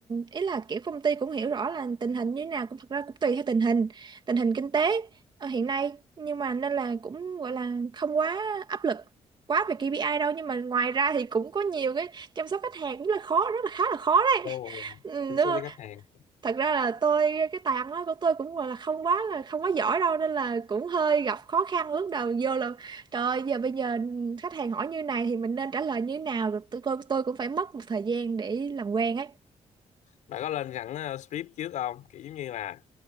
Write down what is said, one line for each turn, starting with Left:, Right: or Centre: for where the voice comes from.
Right: ý là kiểu công ty cũng hiểu rõ là tình hình như thế nào cũng thật ra cũng tùy theo tình hình tình hình kinh tế ờ, hiện nay nhưng mà nên là cũng gọi là không quá áp lực quá về KPI đâu nhưng mà ngoài ra thì cũng có nhiều cái chăm sóc khách hàng cũng là khó rất là khá là khó đấy
Left: đâu rồi
Right: <laughs> Ừ,
Left: tiếp
Right: đúng
Left: xúc với khách hàng
Right: thật ra là tôi cái tài ăn nói của tôi cũng gọi là không quá là không quá giỏi đâu nên là cũng hơi gặp khó khăn lúc đầu vô là trời ơi, giờ bây giờ khách hàng hỏi như này thì mình nên trả lời như thế nào rồi tôi, tôi tôi cũng phải mất một thời gian để làm quen ấy
Left: bà có lên sẵn ờ, script trước không kiểu giống như là